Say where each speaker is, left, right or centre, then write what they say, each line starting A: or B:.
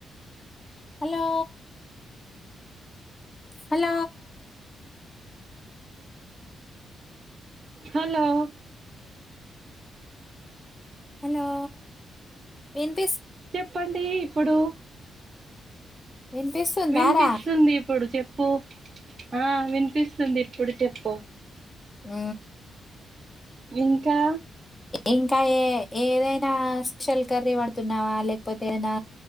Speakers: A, on the left; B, on the right.
A: hello hello
B: hello
A: hello వినిపిస్
B: చెప్పండి ఇప్పుడు
A: వినిపిస్తుందారా
B: వినిపిస్తుంది ఇప్పుడు చెప్ప ప్పు ఆ వినిపిస్తుంది ఇప్పుడు చెప్ పో
A: ఆ
B: ఇంకా
A: ఇంకా ఏ ఏదైనా స్పెషల్ కర్రీ వండుతున్నావా లేకపోతే ఏదైనా